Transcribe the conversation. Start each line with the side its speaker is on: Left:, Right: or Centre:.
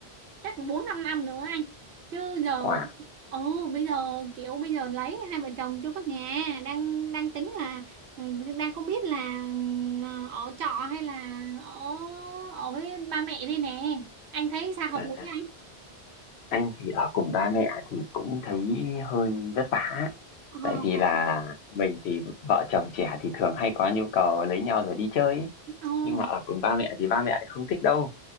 Right: chắc cũng 4 5 năm nữa anh. Chứ giờ
Left: Wow.
Right: ồ bây giờ kiểu bây giờ lấy hai vợ chồng chưa có nhà, đang đang tính là ừ, đang không biết là ừ, ờ, ở trọ hay là ở ở với ba mẹ đây nè. Anh thấy sao hợp
Left: À,
Right: lý anh?
Left: anh thì ở cùng ba mẹ thì cũng thấy hơi vất vả.
Right: Ờ,
Left: Tại vì
Right: vậy.
Left: là mình thì vợ chồng trẻ thì thường hay có nhu cầu lấy nhau rồi đi chơi ấy.
Right: Ồ,
Left: Nhưng mà ở cùng ba mẹ thì ba mẹ lại không thích đâu.